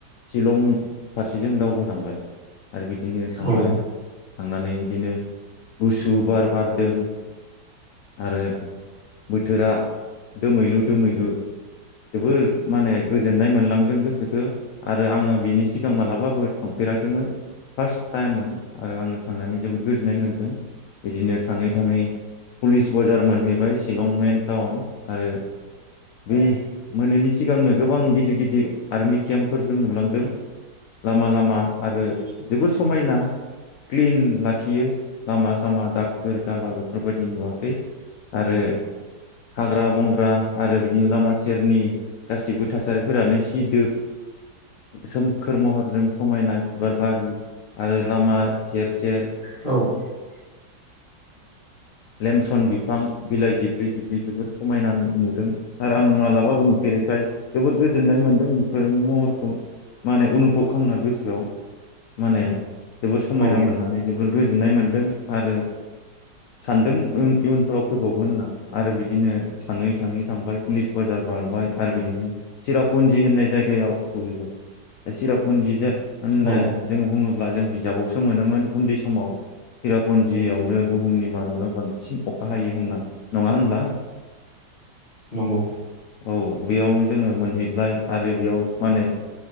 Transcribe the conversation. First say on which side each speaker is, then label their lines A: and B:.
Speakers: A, on the left (about 85°); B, on the left (about 30°).
A: शिलं फारसे जों दावबायालांबाय आरो बिदिनो थांबाय
B: औ
A: थांनानै बिदिनो गुसु बार बारदों। आरो बोथोरा दोमैलु दोमैलु जोबोर माने गोजोननाय मोनलांदों गोसोखो आरो आङो बिनि सिगां मालाबाबो थांफेराखैमोन फार्स्ट टाइममोन आरो आङो थांनानै जोबोर गोजोननाय मोन्दों बिदिनो थाङै थाङै पुलिस बाजार मोनहैबाय शिलं मेन टाउन आरो बे मोनैनि सिगांनो गोबां गिदिर गिदिर आर्मि केम्पफोर जों नुलांदों लामा लामा आरो जोबोद समायना क्लिन लाखियो लामा सामा दाखोर दाला बेफोरबायदि नुवाखै आरो हाग्रा बंग्रा आरो बिदिनो लामा सेरनि गासिबो थासारिफोरानो सिदोब सोमखोर महरजों समायना बिबार बारि आरो लामा सेर सेर
B: औ
A: लेमसन बिफां बिलाइ जिबब्रै जिबब्रै जोबोर समायना नुदों आरो आं मालाबाबो नुफेरैखाय जोबोर गोजोननाय मोनदों बेफोर महरखौ माने अनुभब खालामना गोसोआव माने जोबोर समायना
B: औ
A: मोननानै जोबोर गोजोननाय मोनदों आरो सानदों इयुनफ्राव फैबावगोन होनना आरो बिदिनो थाङै थाङै थांबाय पुलिस बाजार बारबाय आरो बिदिनो सिरापुजि होननाय जायगायाव सहैबाय दा सिरापुन्जिजों होनना
B: औ
A: जोङो बुङोब अब्ला जों बिजाबावसो मोनोमोन उन्दै समाव सिरापन्जियावनो बुहुमनि मादाव बांसिन अखा हायो होनना नङा होनब्ला
B: नंगौ
A: औ बेयाव जोङो मोनहैबाय आरो बेयाव माने